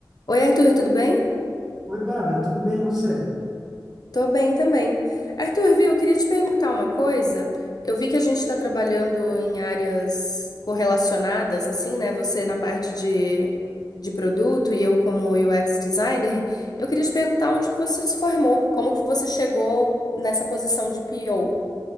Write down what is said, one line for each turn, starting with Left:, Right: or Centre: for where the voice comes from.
Left: Oi, Arthur, tudo bem?
Centre: Oi, Bárbara, tudo bem e você?
Left: Tô bem também. Arthur, viu, eu queria te perguntar uma coisa. Eu vi que a gente está trabalhando em áreas correlacionadas, assim, né? Você na parte de, de produto e eu como UX designer. Eu queria te perguntar onde que você se formou, como que você chegou nessa posição de PO.